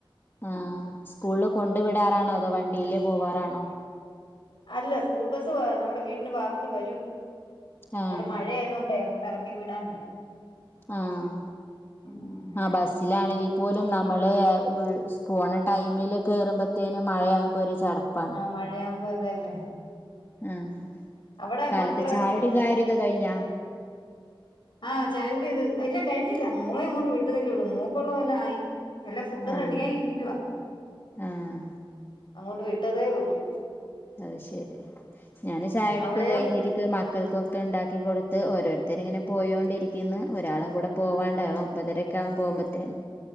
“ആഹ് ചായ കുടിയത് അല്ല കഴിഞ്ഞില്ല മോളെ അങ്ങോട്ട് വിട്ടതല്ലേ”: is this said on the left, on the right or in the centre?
Left